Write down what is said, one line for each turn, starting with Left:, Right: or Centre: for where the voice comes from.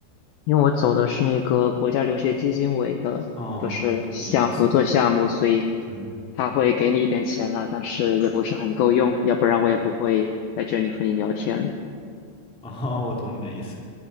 Left: 因为我走的是那个国家留学基金委的，
Centre: 哦，
Left: 就是项合作项目，
Centre: 我懂你的意思。
Left: 所以
Centre: 嗯，
Left: 他会给你一点钱了，但是也不是很够用，要不然我也不会在这里和你聊天的。
Centre: <laughs> 哦，我懂你的意思。